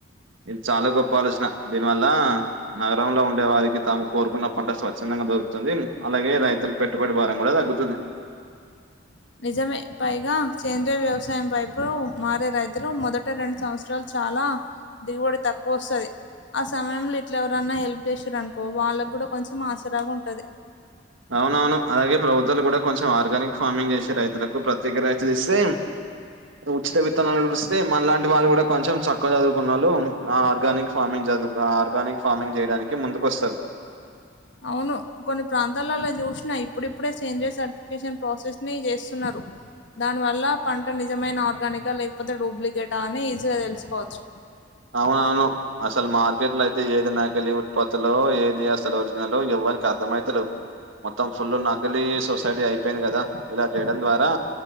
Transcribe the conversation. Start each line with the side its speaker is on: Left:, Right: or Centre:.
Right: ఇది చాలా గొప్ప ఆలోచన. దీనివల్ల నగరంలో ఉండే వారికి తాము కోరుకున్న పంట స్వచ్ఛందం ఇంగ దొరుకుతుంది అలాగే రైతులు పెట్టుబడి భారం కూడా తగ్గుతుంది.
Left: నిజమే పైగా సేంద్రియ వ్యవసాయం వైపు మారే రైతులు, మొదట రెండు సంవత్సరాలు చ్ చాలా దిగుబడి తక్కువ వస్తది. ఆ సమయంలో ఇట్ల ఎవరన్నా హెల్ప్ చేసిండ్రు అనుకో వాళ్ళకు కూడా కొంచెం ఆసరాగా ఉంటది.
Right: అవునవును అలాగే ప్రభుత్వాలు కూడా కొంచెం ఆర్గానిక్ ఫార్మింగ్ చేసే రైతులకు ప్రత్యేక రైతులు ఇస్తే ఉచిత విత్తనాలు ఇస్తే మనలాంటి వాళ్ళు కూడా కొంచెం చక్కగా చదువుకున్నోళ్లు, ఆ ఆర్గానిక్ ఫార్మింగ్ చదు ఆ ఆర్గానిక్ ఫార్మింగ్ చేయడానికి ముందుకొస్తరు.
Left: అవును కొన్ని ప్రాంతాలలో చూసినా ఇప్పుడిప్పుడే సేంద్రియ సర్టిఫికేషన్ ప్రాసెస్ ని చేస్తున్నరు. దానివల్ల పంట నిజమైన ఆర్గానికా లేకపోతే డూప్లికేటా అని ఈజీగా తెలుసుకోవచ్చు.
Right: అవునవును అసలు మార్కెట్ లో అయితే ఏది నాకెళ్లి ఉత్పత్తులో ఏది అసలు ఒరిజినలో ఎవ్ వనికి అర్థమయితలెవ్. మొత్తం ఫుల్ నకిలీ సొసైటీ అయిపోయింది కదా, ఇలా చేయడం ద్వారా